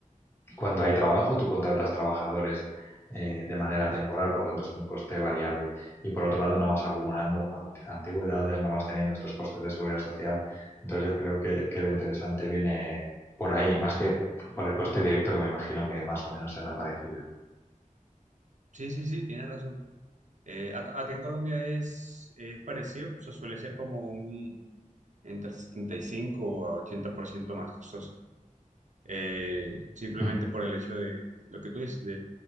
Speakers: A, on the left; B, on the right.
A: cuando hay trabajo, tú contratas trabajadores eh, de manera temporal, por tanto es un coste variable. Y por otro lado, no vas acumulando antigüedades, no vas teniendo estos costes de seguridad social. Entonces yo creo que, que lo interesante viene por ahí, más que por el coste directo que me imagino que más o menos será parecido.
B: Sí, sí, sí, tienes razón. Eh, ac- acá, en Colombia es, es parecido, o sea, suele ser como un entre 75 a 80% más costoso. Eh, simplemente
A: Mm.
B: por el hecho de lo que tú dices, de,